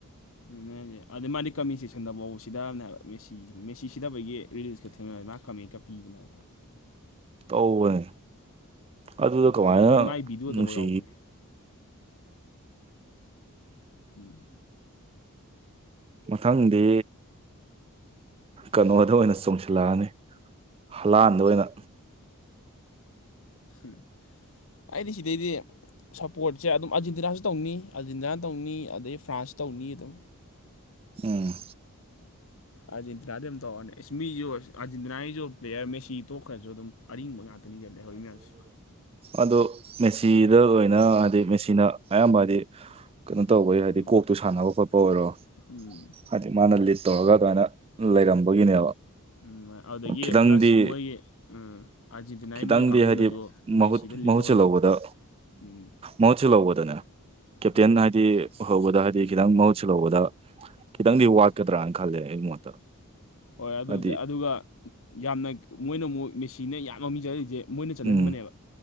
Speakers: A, on the left; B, on the right.
A: ꯑ ꯑꯗꯨ ꯑꯗꯩ ꯃꯥꯗꯤ ꯀꯃꯤ ꯆꯁꯟꯗꯐꯧ ꯁꯤꯗꯅꯦꯕ ꯃꯦꯁꯤꯒ ꯃꯦꯁꯤ ꯁꯤꯗꯕꯒꯤ ꯔꯤꯜꯁꯀ ꯊꯦꯡꯅꯔꯦ ꯃꯥ ꯀꯃꯤꯀ ꯄꯤꯕꯅꯦꯅꯕ
B: ꯇꯧꯕꯅꯦ ꯑꯗꯨꯗ
A: ꯊꯨꯗ.
B: ꯀꯃꯥꯏꯅ
A: ꯑꯗꯒꯤ ꯃꯥꯏ ꯚꯤꯗꯤꯑꯣꯗꯐꯥꯎ
B: ꯅꯨꯡꯁꯤ
A: ꯌꯥꯎꯕꯅꯦ ꯎꯝ
B: ꯃꯊꯪꯗꯤ ꯀꯩꯅꯣꯗ ꯑꯣꯏꯅ ꯆꯣꯡꯁꯤꯜꯂꯛꯑꯅꯤ ꯍꯂꯥꯟꯕ ꯑꯣꯏꯅ
A: ꯎꯝ ꯑꯩꯗꯤ ꯁꯤꯗꯩꯗꯤ ꯁꯞꯄꯣꯔꯠꯁꯦ ꯑꯗꯨꯝ ꯑꯥꯔꯖꯦꯟꯇꯤꯅꯥꯁꯨ ꯇꯧꯅꯤ ꯑꯥꯔꯖꯦꯟꯇꯤꯅꯥ ꯇꯧꯅꯤ ꯑꯗꯩ ꯐ꯭ꯔꯥꯟꯁ ꯇꯧꯅꯤ ꯑꯗꯨꯝ
B: ꯎꯝ
A: ꯑꯥꯔꯖꯦꯟꯇꯤꯅꯥꯗꯤ ꯑꯗꯨꯝ ꯇꯧꯔꯅꯤ ꯑꯦꯁꯃꯤꯁꯨ ꯑꯥꯔꯖꯦꯟꯇꯤꯅꯥꯒꯤꯁꯨ ꯄ꯭ꯂꯦꯌꯔ ꯃꯦꯁꯤ ꯇꯣꯛꯈ꯭ꯔꯁꯨ ꯑꯗꯨꯝ ꯑꯔꯤꯡꯕ ꯉꯥꯛꯇꯅꯤꯒ ꯂꯩꯍꯕꯣꯏ ꯃꯌꯥꯝꯁꯦ
B: ꯑꯗꯨꯗꯣ ꯃꯦꯆꯤꯗ ꯑꯣꯏꯅ ꯍꯥꯏꯗꯤ ꯃꯦꯆꯤꯅ ꯑꯌꯥꯝꯕ ꯍꯥꯏꯗꯤ ꯀꯩꯅꯣ ꯇꯧꯕꯩ
A: ꯎꯝ
B: ꯍꯥꯏꯗꯤ ꯀꯣꯛꯇꯨ ꯁꯥꯟꯅꯕ ꯈꯣꯠꯄ ꯑꯣꯏꯔꯣ
A: ꯎꯝ
B: ꯍꯥꯏꯗꯤ ꯃꯥꯅ ꯂꯤꯠ ꯇꯧꯔꯒ ꯑꯗꯨꯃꯥꯏꯅ ꯂꯩꯔꯝꯕꯒꯤꯅꯦꯕ
A: ꯎ ꯑꯗꯒꯤ
B: ꯈꯤꯇꯪꯗꯤ
A: ꯄ꯭ꯂꯁ ꯃꯣꯏꯒꯤ ꯑꯥꯖꯤꯇꯅꯥꯒꯤ
B: ꯈꯤꯇꯪꯗꯤ
A: ꯃꯣꯏꯒꯤ ꯀꯥꯡꯒꯕꯨꯅꯁꯨ
B: ꯍꯥꯏꯗꯤ
A: ꯃꯦꯁꯤꯗ
B: ꯃꯍꯨꯠ
A: ꯂꯤꯠ
B: ꯃꯍꯨꯠ
A: ꯇꯧꯍꯟꯅꯤꯡꯉꯤ
B: ꯁꯤꯜꯍꯧꯕꯗ
A: ꯎꯝ
B: ꯃꯍꯨꯠ ꯁꯤꯟꯍꯧꯕꯗꯨꯅꯦ ꯀꯦꯞꯇꯦꯟ
A: ꯎꯝ
B: ꯍꯥꯏꯗꯤ ꯍꯧꯕꯗ ꯍꯥꯏꯗꯤ ꯈꯤꯇꯪ ꯃꯍꯨꯠ ꯁꯤꯜꯍꯧꯒꯗꯧꯕ ꯈꯤꯇꯪꯗꯤ ꯋꯥꯠꯀꯗ꯭ꯔꯥꯅ ꯈꯜꯂꯦ ꯑꯩꯒꯤ ꯃꯣꯠꯇ
A: ꯍꯣꯏ ꯑꯗꯨꯕꯨꯗꯤ
B: ꯍꯥꯏꯗꯤ
A: ꯑꯗꯨꯒ ꯌꯥꯝꯅ ꯃꯣꯏꯅ ꯑꯃꯨꯛ ꯃꯦꯁꯤꯅ ꯌꯥꯝ ꯃꯃꯤꯡ ꯆꯠꯔꯤꯁꯦ ꯃꯣꯏꯅ ꯆꯠꯍꯟꯕꯅꯦꯕ
B: ꯎꯝ